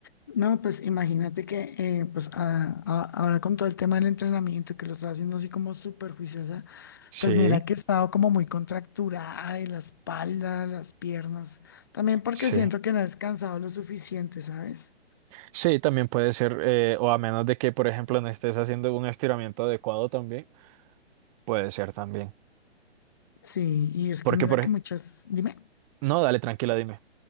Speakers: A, on the left (about 20°); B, on the right (about 30°).
A: No, pues imagínate que eh, pues a- a- ahora con todo el tema del entrenamiento que lo estaba haciendo así como súper juiciosa,
B: Sí,
A: pues mira que he estado como muy contracturada de la espalda, las piernas, también porque
B: sí.
A: siento que no he descansado lo suficiente, ¿sabes?
B: Sí, también puede ser, eh, o a menos de que, por ejemplo, no estés haciendo un estiramiento adecuado también, puede ser también.
A: Sí, y es
B: Porque,
A: que mira
B: por
A: que
B: ej-
A: muchas, dime.
B: no, dale, tranquila, dime.